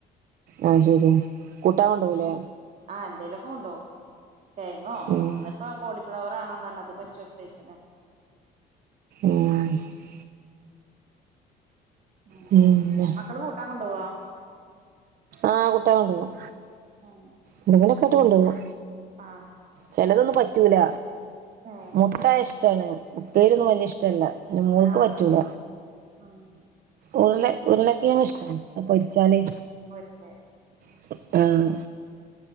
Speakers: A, on the right; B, on the right.
A: ആഹ് ശരിയാ കൂട്ടാൻ കൊണ്ടോവൂലേ
B: ആഹ് എന്തേലൊക്കെ കൊണ്ടോഉ കെയങ്ങോ
A: ഉം
B: ന്നിപ്പോ കോളിഫ്ലവർ ആണം ന്നർഞ അത് പൊരിചൊടുത്തേച്ന്
A: <unintelligible>
B: അങ്ങനെ
A: പിന്നെ
B: മക്കള് കൂട്ടാൻ കൊണ്ടോവോ?
A: ആഹ് കുട്ടാൻ കൊണ്ടോവും
B: ഉം
A: എന്തെങ്കിലൊക്കാറ്റ് കൊണ്ടോവും.
B: ആഹ്
A: ചെലതൊന്നും പറ്റൂല
B: ഏഹ്
A: മുട്ട ഇഷ്ടാണ് ഉപ്പേരിന്നും വലിയ ഇഷ്ടല്ല. എഹ് മോൾക്ക്
B: ആഹ്
A: പറ്റൂല.
B: ആഹ് ഉം
A: ഉരുളെ ഉരുളക്കഴങ് ഇഷ്ട അഹ് പോരിച്ചാല്
B: ചെ
A: <unintelligible> ആഹ്